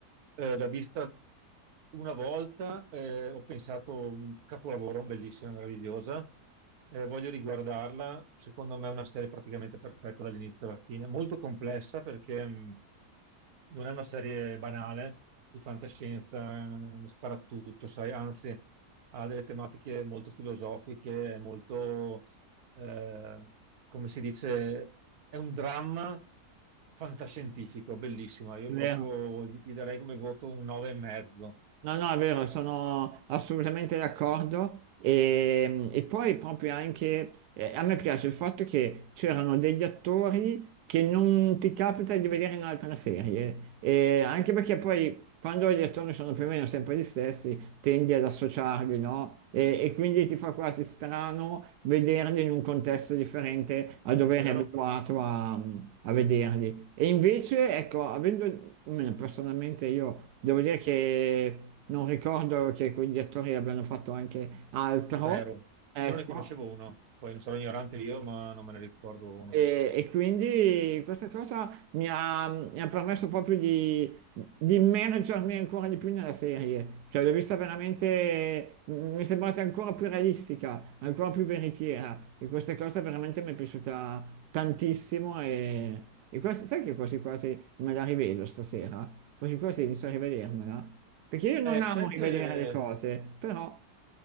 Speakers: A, on the right (about 70°); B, on the right (about 85°).
A: Eh, l'ho vista una volta, eh, ho pensato un capolavoro, bellissima, meravigliosa. Eh, voglio riguardarla. Secondo me è una serie praticamente perfetta dall'inizio alla fine, molto complessa perché mh, non è una serie banale di fantascienza, eh, sparatutto, sai, anzi ha delle tematiche molto filosofiche, molto eh, come si dice, è un dramma fantascientifico, bellissimo. Io
B: È vero.
A: proprio gli gli darei come voto un 9 e mezzo.
B: No, no, è vero, sono assolutamente d'accordo. E, e poi proprio anche eh, a me piace il fatto che c'erano degli attori che non ti capita di vedere in altre serie, E anche perché poi quando gli attori sono più o meno sempre gli stessi, tendi ad associarli, no? E, e quindi ti fa quasi strano vederli in un contesto differente a dove
A: Vero?
B: eri abituato a a vederli. E invece, ecco, avendo, almeno personalmente io devo dire che non ricordo che quegli attori abbiano fatto anche altro,
A: Vero.
B: ecco,
A: Io ne conoscevo uno, poi non sarò ignorante io, ma non me ne ricordo uno.
B: e, e quindi questa cosa mi ha, mi ha permesso proprio di, di immergermi ancora di più nella serie, cioè l'ho vista veramente, mi è sembrata ancora più realistica, ancora più veritiera e questa cosa veramente mi è piaciuta tantissimo e, e quasi- sai che quasi quasi me la rivedo stasera? Quasi quasi inizio a rivedermela, perché io non
A: Eh,
B: amo
A: sai
B: rivedere
A: che
B: le cose, però...